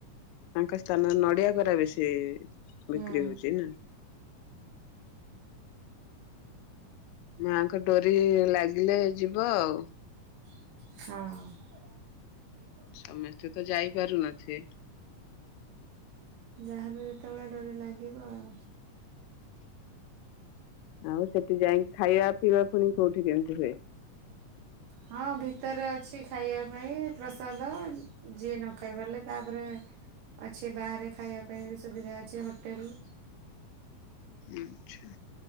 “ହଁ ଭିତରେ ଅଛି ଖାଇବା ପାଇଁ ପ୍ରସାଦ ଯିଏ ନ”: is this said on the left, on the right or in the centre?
Right